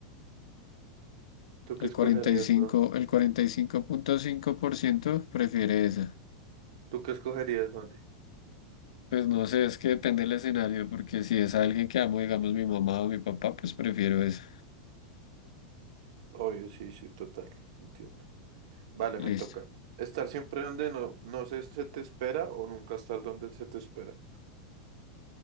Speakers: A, on the right; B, on the left.
A: ¿Tú
B: El
A: qué escogerías,
B: cuarenta y cinco
A: bro?
B: el cuarenta y cinco cinco punto cinco por ciento prefiere esa.
A: ¿Tú qué escogerías, Juan?
B: Pues no sé, es que depende del escenario, porque si es alguien que amo, digamos mi mamá o mi papá, pues prefiero eso.
A: Obvio, sí, sí, total, entiendo. Vale, me
B: Listo.
A: toca. Estar siempre donde no, no se, se te espera o nunca estar donde se te espera.